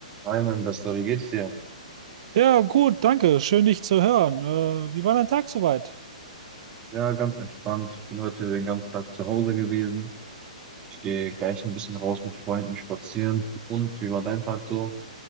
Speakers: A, on the right; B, on the right.
A: Hi, mein Bester, wie geht's dir?
B: Ja, gut, danke. Schön, dich zu hören. Äh, wie war dein Tag soweit?
A: Ja, ganz entspannt. Bin heute den ganzen Tag zu Hause gewesen. Ich gehe gleich ein bisschen raus mit Freunden spazieren. Und wie war dein Tag so?